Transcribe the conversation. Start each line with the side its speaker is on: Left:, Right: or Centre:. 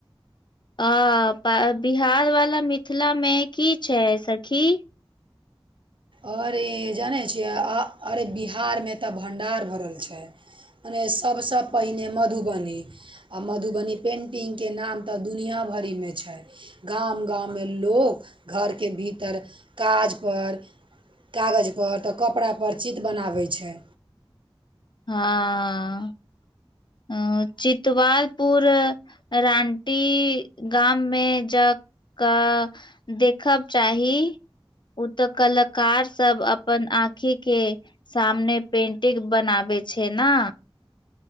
Left: अं बिहार वाला मिथिला में की छै सखी
Right: अरे जानै छियै अ अरे बिहारमें तऽ भण्डार भरल छै मने सबसँ पहिने मधुबनी आ मधुबनी पेन्टिंग के नाम तऽ दुनिआँ भरिमे छै गाम गाममें लोक घरके भीतर काजपर कागजपर तऽ कपड़ापर चित्र बनाबै छै
Left: हँ हँ चितवालपुर रानटी गाममें ज क देखब चाही ओ तऽ कलाकार सब अपन आँखि के सामने पेटिंग बनाबे छे ना